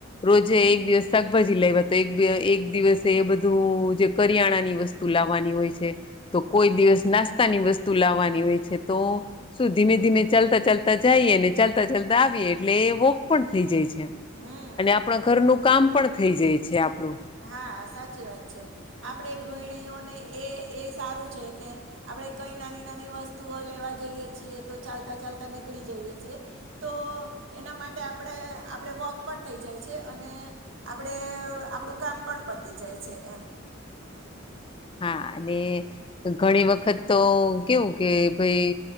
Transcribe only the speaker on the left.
રોજે
એક દિવસ શાકભાજી લાયવા તો એક એક દિવસે એ બધું જે કરિયાણાની વસ્તુ લાવવાની હોય છે તો કોઈ દિવસ નાસ્તાની વસ્તુ લાવવાની હોય છે તો શું ધીમે ધીમે ચાલતા ચાલતા જઈએ અને ચાલતા ચાલતા આવીએ એટલે વોક પણ થઈ જાય છે,
અને આપણા ઘરનું કામ પણ થઈ જાય છે, આપણું
હા અને ઘણી વખત તો કેવું કે ભાઈ